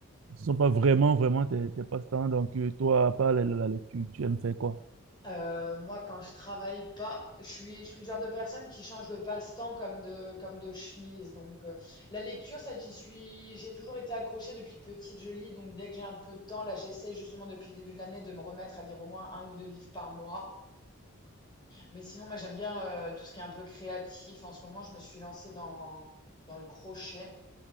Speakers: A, on the right; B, on the left.
A: ce sont pas vraiment, vraiment tes, tes passe-temps. Donc, euh, toi, à part la, la lecture, tu aimes faire quoi?
B: Euh, moi, quand je travaille pas, je suis je suis le genre de personne qui change de passe-temps comme de comme de chemise. Donc euh, la lecture, ça, j'y suis, j'ai toujours été accrochée depuis petite. Je lis, donc dès que j'ai un peu de temps, là, j'essaie justement depuis le début de l'année de me remettre à lire au moins un ou deux livres par mois. Mais sinon, moi, j'aime bien euh, tout ce qui est un peu créatif. En ce moment, je me suis lancée dans dans le crochet.